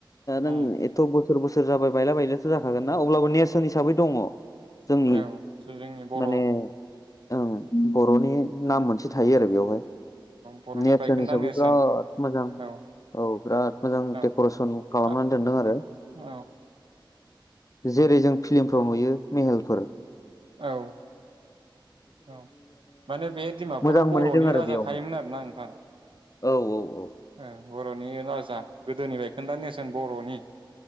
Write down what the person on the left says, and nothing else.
नों
एथ बोसोर बसोर बोसोर जाबाय बायला बायलाथ जाखागोन ना अब्लाबो नेरसोन हिसाबै दङ जोंनि
माने ओं बरनि नाम मोनसे थायो आरो बेयावहाय
नेरसोन
हिसाबै
बिराद मोजां
औ बिराद मोजां
डेकरेसन खालामनानै
दोनदों आरो
जेरै जों फिलिमफ्राव नुयो मेहेलफोर
मोजां मोनहैदों
आरो
बेयावहाय
औ औ औ